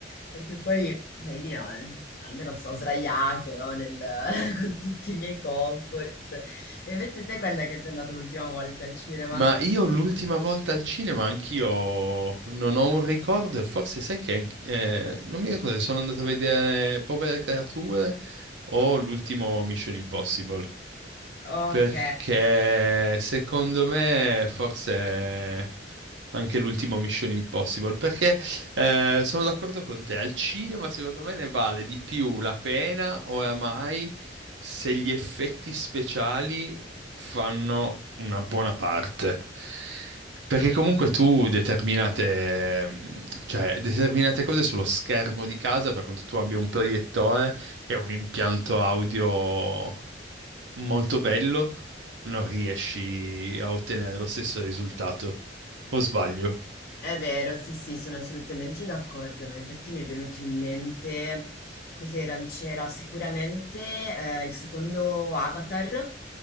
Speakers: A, on the left (about 55°); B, on the right (about 85°).
A: perché poi, sai, lì, no, eh, almeno sto sdraiato, no, nel- <laughs> con tutti i miei comfort. E invece te quando è che sei andato l'ultima volta al cinema?
B: Ma io l'ultima volta al cinema anch'io non ho un ricordo e forse sai che anch- eh, non mi ricordo se sono andato a vedere Povere Creature o l'ultimo Mission Impossible.
A: Ok.
B: Perché secondo me forse anche l'ultimo Mission Impossible. Perché eh, sono d'accordo con te, al cinema secondo me ne vale di più la pena oramai se gli effetti speciali fanno una buona parte. Perché comunque tu determinate, mh, cioè, determinate cose sullo schermo di casa, per quanto tu abbia un proiettore e un impianto audio molto bello, non riesci a ottenere lo stesso risultato. O sbaglio?
A: È vero, sì, sì, sono assolutamente d'accordo, ma infatti mi è venuto in mente, cos'era, c'era sicuramente eh, il secondo Avatar,